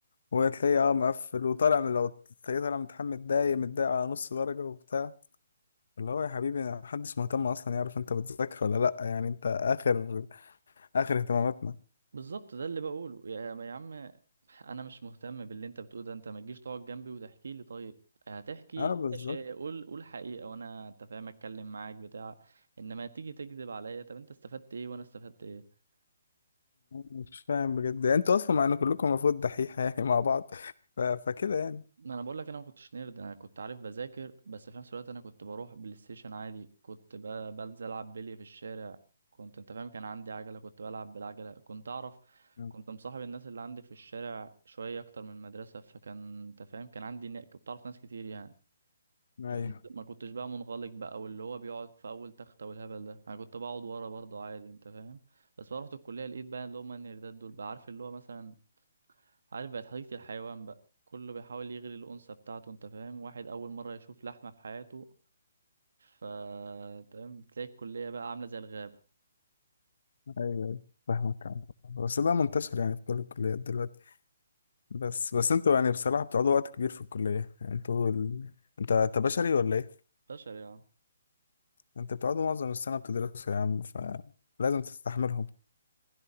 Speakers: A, on the left; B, on the right.
A: وتلاقيه اه مقفل وطالع من لو تلاقيه طالع متحمل متضايق متضايق على نص درجة وبتاع اللي هو يا حبيبي محدش مهتم اصلا يعرف انت بتذاكر ولا لأ يعني انت اخر اخر اهتماماتنا
B: بالظبط ده اللي بقوله يا يا عم انا مش مهتم باللي انت بتقوله ده انت ما تجيش تقعد جنبي وتحكي لي طيب هتحكي
A: اه بالظبط
B: ماشي قول قول حقيقة وانا انت فاهم اتكلم معاك بتاع انما تيجي تكذب عليا طب انت استفدت ايه وانا استفدت ايه
A: مش فاهم بجد انتوا اصلا مع ان كلكم المفروض دحيحة يعني مع بعض ف... فكده يعني
B: ما انا بقول لك انا ما كنتش نيرد انا كنت عارف بذاكر بس في نفس الوقت انا كنت بروح بلاي ستيشن عادي كنت ب- بنزل العب بلي في الشارع كنت انت فاهم كان عندي عجله كنت بلعب بالعجله كنت اعرف
A: <laughs>
B: كنت مصاحب الناس اللي عندي في الشارع شويه اكتر من المدرسه فكان انت فاهم كان عندي نا- كنت بعرف ناس كتير يعني
A: ايوه
B: ما
A: ايوه
B: كنت ما كنتش بقى منغلق بقى واللي هو بيقعد في اول تخته والهبل ده انا كنت بقعد ورا برضه عادي انت فاهم بس بقى رحت الكليه لقيت بقى اللي هم النيردات دول بقى عارف اللي هو مثلا عارف بقت حديقة الحيوان بقى كله بيحاول يغري الأنثى بتاعته أنت فاهم واحد أول مرة يشوف لحمة في حياته ف تمام بتلاقي الكلية بقى عاملة زي الغابة
A: أيوة. فاهمك عم. بس ده منتشر يعني في كل الكليات دلوقتي بس بس انتوا يعني بصراحة بتقعدوا وقت كبير في الكلية يعني انتوا ال... انت انت بشري ولا ايه؟
B: بشر يعني
A: انت بتقعدوا معظم السنة بتدرسوا يا عم فلازم تستحملهم